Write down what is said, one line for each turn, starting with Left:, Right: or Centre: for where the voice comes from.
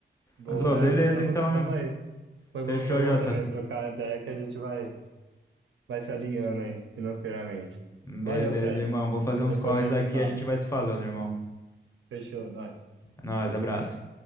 Right: Boa,
Left: Mas, ô, beleza,
Right: é, tá- tamo,
Left: então,
Right: tamo aí. Foi
Left: fechou,
Right: bom, foi bom
Left: Jota.
Right: também trocar a ideia que a gente vai. vai se alinhando aí financeiramente.
Left: Beleza,
Right: Valeu, Fred.
Left: irmão, vou fazer uns
Right: Depois
Left: corres
Right: nós
Left: aqui,
Right: se fala.
Left: e a gente vai se falando, irmão.
Right: Fechou, nós.
Left: É nóis, abraço.